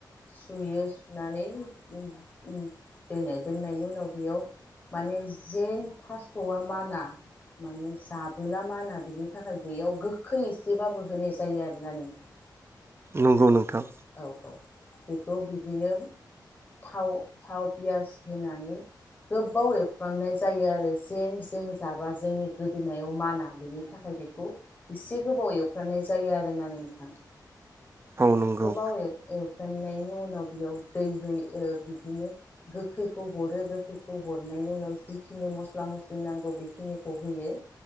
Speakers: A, on the left (about 25°); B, on the right (about 35°).
A: सुयो सुनानै दोनो दोननायनि उनाव बेयाव माने जेन थास'आ माना माने जाब बोला माना बिनि थाखाय बेयाव गोखै एसेबाबो होनाय जायो आरोना नोंथां।
B: नंगौ नोंथां
A: औ औ बेखौ बिदिनो थाव थाव पियास होनानै गोबाव एवफ्रामनाय जायो आरो जेन जों जाबा जोंनि गोदोनायाव माना बेनि थाखाय बेखौ एसे गोबाव एवफ्रामनाय जायो आरोना नोंथां
B: औ नंगौ।
A: थाव एव-एवफ्रेनायनि उनाव बेयाव दै होयो बिदिनो गोखैखौ हरो गोखैखौ हरनायनि उनाव जिखिनि मस्ला मस्लि नांगौ बेखिनिखौ होयो